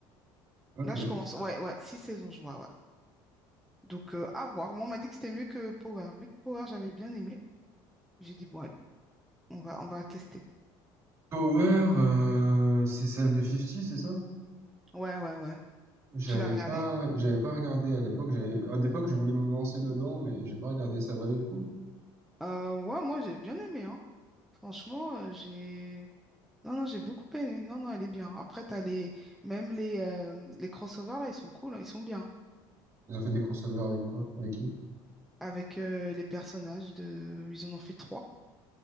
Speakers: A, on the right; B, in the centre.
A: Ok.
B: là, je commence. Ouais, ouais, six saisons, je vois, ouais. Donc, euh, à voir. Moi, on m'a dit que c'était mieux que Power. Vu que Power, j'avais bien aimé, j'ai dit, bon, allez, on va, on va tester.
A: Power, euh, c'est celle de 50, c'est ça?
B: Ouais, ouais, ouais.
A: J'avais
B: Tu l'as regardé?
A: pas, j'avais pas regardé à l'époque. J'avais, à l'époque, je voulais me lancer dedans, mais j'ai pas regardé. Ça valait le coup?
B: Euh, ouais, moi j'ai bien aimé, hein. Franchement, euh, j'ai. Non, non, j'ai beaucoup aimé. Non, non, elle est bien. Après, t'as les. Même les, euh, les crossovers, là, ils sont cool, hein, ils sont bien.
A: Ils ont fait des crossovers avec quoi? Avec qui?
B: Avec euh, les personnages de. Ils en ont fait trois.